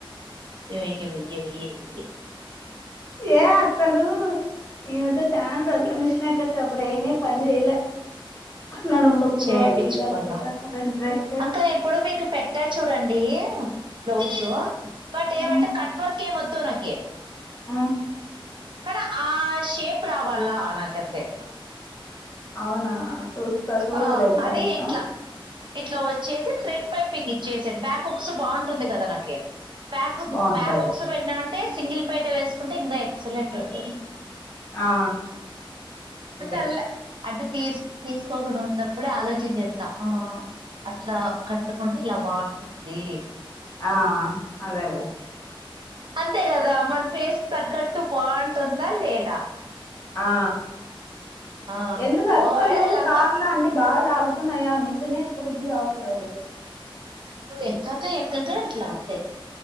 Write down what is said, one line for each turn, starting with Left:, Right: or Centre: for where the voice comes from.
Right: ఏయ్య వెయ్య వెయ్య వే
Left: ఏమ్ అసలు ఈ మధ్య చాలా రోజులు అయ్యా మిషన్ ఎక్కక బ్రెయిన్ ఏ పని చేయిలా నడము నొప్పులు
Right: చేపిచ్చుకున్నాం
Left: అవి ఇవి అనుకుంటా అసలు ఇంట్రెస్ట్
Right: అక్క ఇప్పుడు మీకు పెట్టా చూడండి బ్లౌజు బట్
Left: హ్మ్
Right: ఏమంటే కట్ వర్క్ నాకేం వద్దు నాకి
Left: హ్మ్
Right: కానీ ఆ షేప్ రావాల్ల నాకంతే
Left: అవునా చూస్తా చూడాల
Right: ఆ
Left: ఇంకా
Right: అదే
Left: నేను
Right: ఇట్లా ఇట్లా వచ్చేసి థ్రెడ్ పైపింగ్ ఇచ్చేసాను బ్యాక్ వుక్స్ బాగుంటుంది కదా నాకి బ్యాక్
Left: బాగుంటది
Right: బ్యాక్క్స పెట్టినాం అంటే సింగిల్ పేట వేసుకుంటే ఇంకా ఎక్సలెంట్ ఉంటది
Left: ఆ అదే
Right: అన్లే అంటే టేస్స్ తీస్ కుడా ఉన్నప్పుడే ఆలోచించ చేస్తా అట్లా కట్టుకుంటే ఇలా బాగుంటుంది
Left: ఆ అదేలేే
Right: అంతే కదా మన ఫేస్ తగ్గట్టు బాగుంటుందా లేదా
Left: ఆ
Right: ఆ
Left: ఎందుకు అస్సలు
Right: ఒకవేళ లంగా
Left: కాళ అనీ బాగా లాగుతున్నాయి ఆ మిషనే ఎక్క్క బుద్ధి కావట్లేదు
Right: ను ఎక్కక ఎక్కక అట్లా వస్తాయి